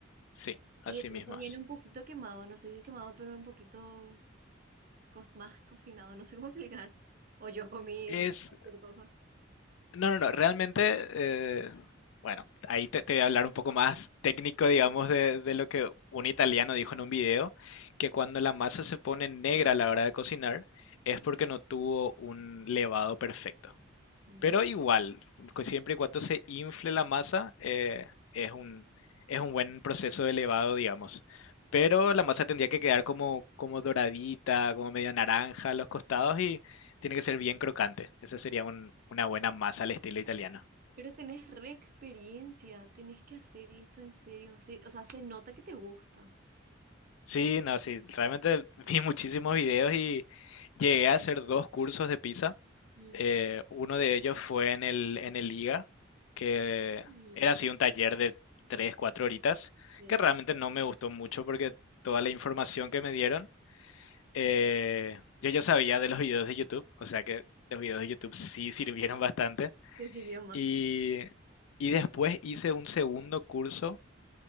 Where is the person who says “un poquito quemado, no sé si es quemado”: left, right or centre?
Right